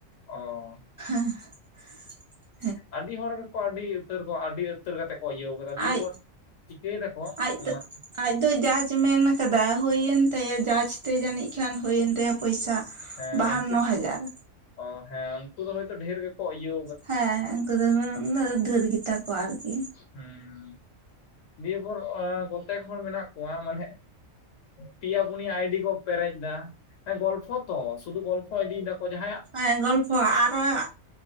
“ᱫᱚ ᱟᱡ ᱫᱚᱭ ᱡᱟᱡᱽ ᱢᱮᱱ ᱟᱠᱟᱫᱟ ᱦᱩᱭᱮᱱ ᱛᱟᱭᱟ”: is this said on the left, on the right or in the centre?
Right